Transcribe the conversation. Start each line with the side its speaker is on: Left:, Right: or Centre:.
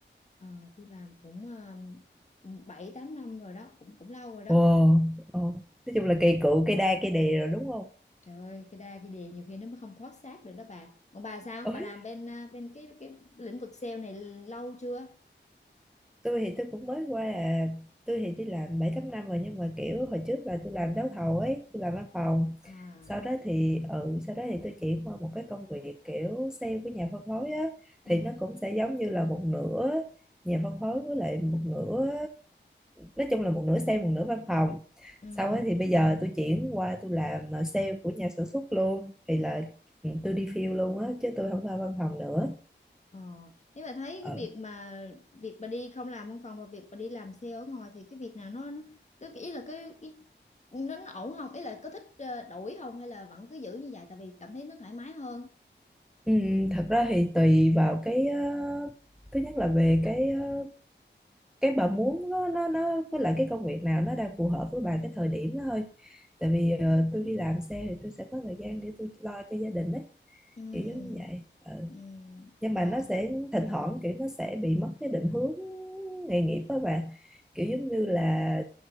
Left: à, tôi làm cũng uh, 7 8 năm rồi đó cũng cũng lâu rồi đó
Centre: Ồ. Ờ. Nói chung là cây cựu cây đa cây đề rồi đúng không?
Left: Trời ơi, cái đa cái đề nhiều khi nó mới không thoát xác được đó bà. Còn bà sao?
Centre: Ôi,
Left: Bà làm bên à, bên cái cái lĩnh vực sale này lâu chưa?
Centre: tôi thì tôi cũng mới qua à, tôi thì đi làm 7 8 năm rồi nhưng mà kiểu hồi trước là tôi làm đấu thầu ấy, tôi làm văn phòng.
Left: À,
Centre: Sau đó thì ừ, sau đó thì tôi chuyển qua một cái công việc kiểu sale với nhà phân phối á
Left: ừ,
Centre: thì nó cũng sẽ giống như là một nửa nhà phân phối với lại một nửa nói chung là một nửa sale một nửa văn phòng.
Left: ừ.
Centre: Sau ấy thì bây giờ tôi chuyển qua tôi làm à, sale của nhà sản xuất luôn thì là ừ, tôi đi field luôn á chứ tôi không qua văn phòng nữa.
Left: Ờ, nếu bà thấy cái
Centre: Ừ.
Left: việc mà việc bà đi không làm văn phòng và việc bà đi làm sale ở ngoài thì cái việc nào nó, nó cái, cái ý là cái cái nó, nó ổn không? Ý là có thích ờ, đổi không hay là vẫn cứ giữ như vậy tại vì cảm thấy nó thoải mái hơn.
Centre: Ừ, thật ra thì tùy vào cái ờ, thứ nhất là về cái ờ, cái bà muốn nó nó nó với lại cái công việc nào nó đang phù hợp với bà cái thời điểm đó thôi tại vì ờ, tôi đi làm xe thì tôi sẽ có thời gian để tôi lo cho gia đình ấy
Left: Ừ.
Centre: kiểu giống như vậy Ờ.
Left: Ừ.
Centre: nhưng mà
Left: Ờ.
Centre: nó sẽ thỉnh thoảng kiểu nó sẽ bị mất cái định hướng nghề nghiệp đó bà kiểu giống như là